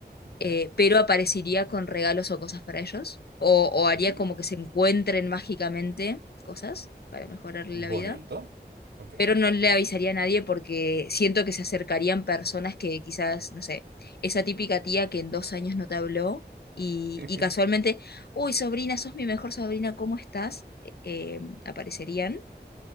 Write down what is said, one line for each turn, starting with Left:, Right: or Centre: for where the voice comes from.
Left: eh,
Right: ya.
Left: pero aparecería con regalos o cosas para ellos, o, o haría
Right: Mm,
Left: como que se encuentren mágicamente cosas para mejorarle
Right: Bonito.
Left: la vida.
Right: Ok.
Left: pero no le avisaría a nadie porque siento que se acercarían personas que quizás, no sé, esa típica tía que en dos años no te habló y,
Right: <laughs>
Left: y casualmente, uy, sobrina, sos mi mejor sobrina, ¿cómo estás? eh, em, aparecerían.